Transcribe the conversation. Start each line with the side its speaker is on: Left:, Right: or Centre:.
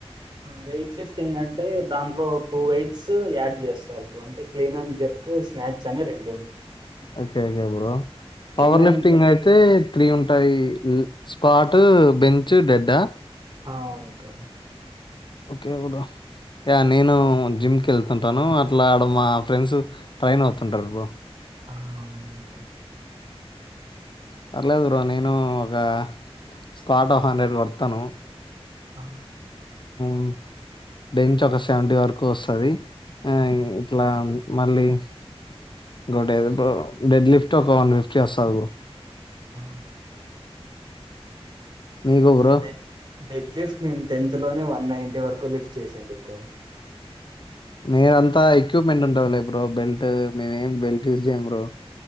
Right: వెయిట్ లిఫ్టింగ్ అంటే దాంట్లో టూ వెయిట్స్ యాడ్ చేస్తారు అంటే క్లీన్ అని జరుంది స్నాక్స్ అనే రెండు
Left: ఓకే ఓకే బప్పుడు
Right: clean
Left: power
Right: and
Left: lifting
Right: jerk
Left: అయితే తీ ఉంటాయి స్పాట్ బెంచ్ డెడ్డ
Right: ఆ ఉంటో
Left: ఓకే కదా యా నేను జిమ్ కెళ్తుంటాను అట్ల ఆడ మా ఫ్రెండ్స్ ట్రైన్ అవుతుంటారు బ్రో
Right: ఆంతో
Left: పర్లేదు బ్రో నేను ఒక స్క్వాట్ ఆఫ్ హండ్రెడ్ కొడతాను.
Right: ఆ
Left: మ్ బెంచ్ ఒక సెవెంటీ వరకు వస్తది. ఆ
Right: అవును.
Left: ఇట్లా మళ్ళీ ఒక ఇంకోటేది బ్రో డెడ్ లిఫ్ట్ ఒక వన్ ఫిఫ్టీ వస్తది బ్రో.
Right: ఆ
Left: నీకు బ్రో
Right: డెడ్, డెడ్ లిఫ్ట్ నేను టెన్త్ లోనే వన్ నైన్టీ వరకు లిఫ్ట్ చేసింది బ్రో.
Left: మీ అంతా ఎక్విప్మెంట్ ఉంటది లే బ్రో బెల్ట్ మేమేం బెల్ట్ యూస్ చేయమ్ బ్రో.